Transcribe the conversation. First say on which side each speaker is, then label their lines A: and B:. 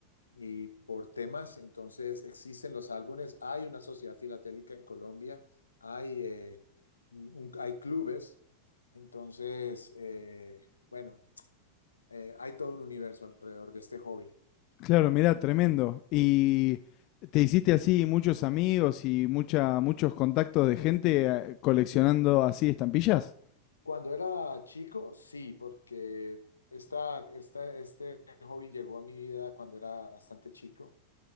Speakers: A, on the left; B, on the left.
A: y por temas, entonces existen los álbumes, hay una sociedad filatélica en Colombia, hay, eh, un- hay clubes, entonces, eh, bueno, eh, hay todo un universo alrededor de este hobby.
B: Claro, mira, tremendo. ¿Y te hiciste así muchos amigos y mucha, muchos contactos de gente eh, coleccionando así estampillas?
A: Cuando era chico, sí, porque esta, esta- este hobby llegó a mi vida cuando era bastante chico.